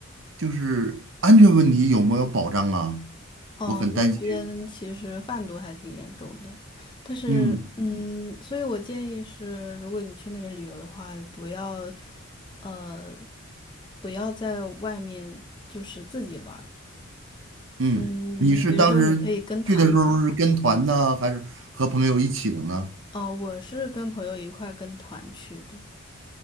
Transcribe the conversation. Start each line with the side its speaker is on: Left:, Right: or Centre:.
Right: 就是安全问题有没有保障啊？
Left: 哦，
Right: 我很担心。
Left: 那边其实贩毒还挺严重的，但是，
Right: 嗯
Left: 嗯，所以我建议是，如果你去那边旅游的话，不要，呃，不要在外面就是自己玩。
Right: 嗯，
Left: 嗯，
Right: 你是当时去的时候是跟团呢，
Left: 比如说你可以跟团，
Right: 还是和朋友一起的呢？
Left: 哦，我是跟朋友一块跟团去的。